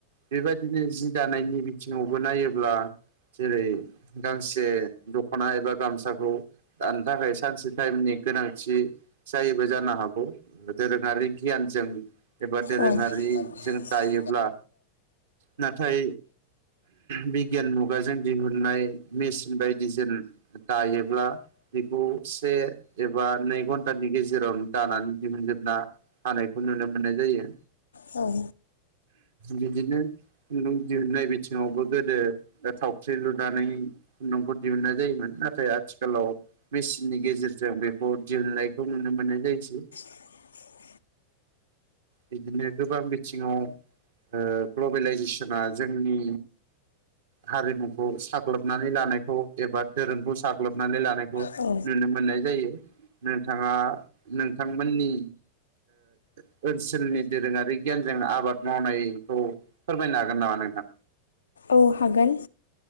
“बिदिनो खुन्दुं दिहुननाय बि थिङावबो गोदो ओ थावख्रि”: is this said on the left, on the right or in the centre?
Right